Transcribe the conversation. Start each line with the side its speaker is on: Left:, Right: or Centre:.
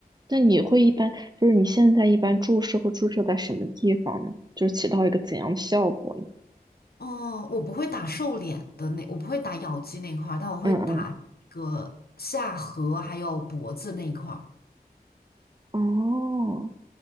Right: 那你会一般就是你现在一般注射会注射在什么地方呢？就是起到一个怎样的效果呢？
Left: 哦，我不会打瘦脸的那，我不会打咬肌那一块儿，但我会打那个下颌还有脖子那一块儿。
Right: 嗯嗯，哦，